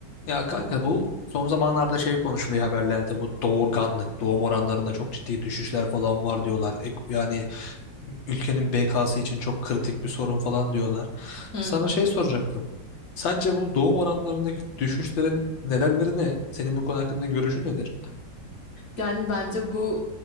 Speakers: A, on the left; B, on the left.
A: Ya kanka bu son zamanlarda şey konuşuluyor haberlerde bu doğurganlık, doğum oranlarında çok ciddi düşüşler falan var diyorlar. Ek- Yani ülkenin BK'sı için çok kritik bir sorun falan diyorlar.
B: Hmm.
A: Sana şey soracaktım. Sence bu doğum oranlarındaki düşüşlerin nedenleri ne? Senin bu konu hakkında görüşün nedir?
B: Yani bence bu